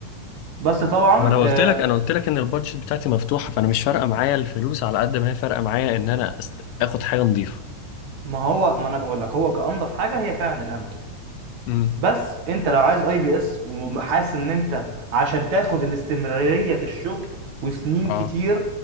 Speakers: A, on the right (about 60°); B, on the left (about 90°).
A: بس طبعا
B: ما انا
A: آه
B: قلت لك انا قلت لك ان البادجت بتاعتي مفتوحه فانا مش فارقه معايا الفلوس على قد ما هي فارقه معايا ان انا أست... اخد حاجه نظيفه
A: ما هو ما انا بقول لك هو كانضف حاجه هي فعلا الاموليد
B: امم
A: بس انت لو عايز اي بي اس وحاسس ان انت عشان تاخد الاستمرارية في الشغل وسنين
B: اه
A: كتير